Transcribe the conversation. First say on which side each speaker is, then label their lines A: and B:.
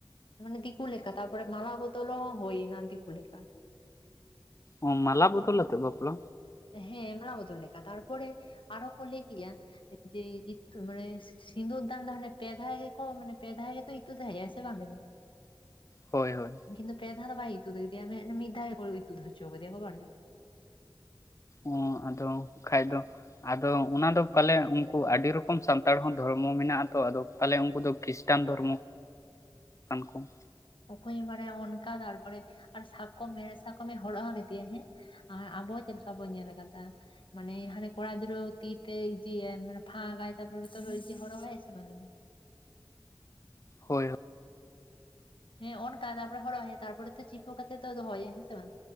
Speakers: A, on the left; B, on the left.
A: ᱢᱟᱱᱮ ᱫᱤᱠᱩ ᱞᱮᱠᱷᱟ ᱛᱥᱯᱚᱨ ᱢᱟᱞᱟ ᱵᱚᱫᱚᱞ ᱦᱚᱸ ᱦᱩᱭᱱᱟ ᱫᱤᱠᱩ ᱞᱮᱠᱷᱟ᱾
B: ᱚ ᱢᱟᱞᱟ ᱵᱚᱫᱚᱞ ᱟᱛᱮ ᱵᱟᱯᱞᱟ?
A: ᱦᱮᱸ ᱢᱟᱞᱟ ᱵᱚᱫᱚᱞ ᱞᱮᱠᱟ ᱛᱟᱨᱯᱚᱨᱮ ᱟᱨᱚ ᱠᱚ ᱞᱟᱹᱭ ᱠᱮᱜᱼᱟ ᱡᱮ ᱤᱫ ᱢᱟᱱᱮ ᱥᱤᱸᱫᱩᱨᱫᱟᱱ ᱫᱚ ᱦᱟᱱᱮ ᱯᱮ ᱫᱷᱟᱣ ᱜᱮ ᱠᱚ ᱢᱟᱱᱮ ᱯᱮ ᱫᱷᱟᱣ ᱜᱮ ᱠᱚ ᱤᱛᱩᱫ ᱮ ᱛᱟᱦᱮᱸᱱᱟ ᱥᱮ ᱵᱟᱝ
B: ᱦᱳᱭ ᱦᱳᱭ
A: ᱠᱤᱱᱛᱩ ᱯᱮ ᱫᱷᱟᱣ ᱫᱚ ᱵᱟᱭ ᱤᱛᱩᱫ ᱫᱮᱭᱟ ᱢᱮ ᱢᱤᱫ ᱫᱷᱟᱣ ᱜᱮ ᱤᱛᱩᱫ ᱦᱚᱪᱚᱣ ᱠᱮᱫᱮᱭᱟ ᱠᱷᱚᱵᱽ ᱵᱟᱲᱮ?
B: ᱚᱸ ᱟᱫᱚ ᱠᱷᱟᱡ ᱫᱚ ᱟᱫᱚ ᱚᱱᱟᱫᱚ ᱯᱟᱞᱮ ᱩᱱᱠᱩ ᱟᱹᱰᱤ ᱨᱚᱠᱚᱢ ᱥᱟᱱᱛᱟᱲ ᱦᱚᱸ ᱫᱷᱚᱨᱢᱚ ᱢᱮᱱᱟᱜᱼᱟ ᱛᱚ ᱟᱫᱚ᱾ ᱛᱟᱦᱚᱞᱮ ᱩᱱᱠᱩ ᱫᱚ ᱠᱷᱤᱨᱤᱥᱴᱟᱱ ᱫᱷᱚᱨᱢᱚ ᱠᱟᱱ ᱠᱚ ᱾
A: ᱚᱠᱚᱭᱮ ᱵᱟᱲᱟᱭᱟ ᱚᱱᱠᱟ ᱛᱟᱨᱯᱚᱨᱮ ᱟᱨ ᱥᱟᱠᱚᱢ ᱦᱮᱲᱦᱮᱫ ᱥᱟᱠᱚᱢᱮ ᱦᱚᱨᱚᱜ ᱞᱮᱫᱮᱭᱟ ᱦᱮᱸ ᱾ ᱟᱵᱚ ᱪᱮᱫ ᱞᱮᱠᱟ ᱵᱚᱱ ᱧᱮᱞ ᱠᱟᱫᱟ ᱾ ᱢᱟᱱᱮ ᱦᱟᱱᱮ ᱠᱚᱲᱟ ᱜᱤᱫᱽᱨᱟᱹ ᱛᱤ ᱛᱮ ᱡᱮ ᱢᱟᱱᱮ ᱯᱷᱟᱸᱠᱟᱭ ᱛᱟᱯᱚᱨ ᱦᱚᱨᱚᱜᱟᱭ ᱥᱮ ᱵᱟᱝ ᱢᱟᱱᱮ ᱾
B: ᱦᱳᱭ ᱦᱳᱭ
A: ᱦᱮᱸ ᱚᱱᱠᱟ ᱛᱟᱨᱯᱚᱨᱮ ᱦᱚᱨᱚᱜ ᱟᱭᱟᱭ ᱛᱟᱨᱯᱚᱨᱮ ᱛᱚ ᱪᱤᱯᱩ ᱠᱟᱛᱮᱜ ᱛᱚ ᱫᱚᱦᱚᱭᱮᱭᱟ ᱾ ᱦᱮᱸ ᱥᱮ ᱵᱟᱝ?